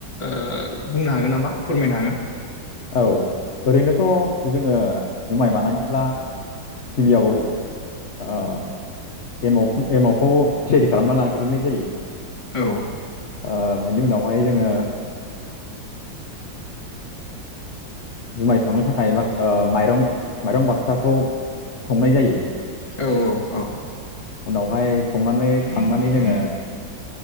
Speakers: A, on the left (about 20°); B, on the left (about 50°).
A: ओ बुंनो हागोन नामा? फोरमायनो हागोन।
B: औ ओरैनोथ' जोङो जुमाय बानायोब्ला गिबियाव ओ एमाव-एमावखौ थियारि खालामना लाग्रोनाय जायो।
A: औ
B: ओ बेनि उनावहाय जोङो जुमाय संनो थाखाय माब ओ माइरं-माइरं बाक्साखौ संनाय जायो।
A: औ औ औ
B: उनावहाय संनानै खांनानै जोङो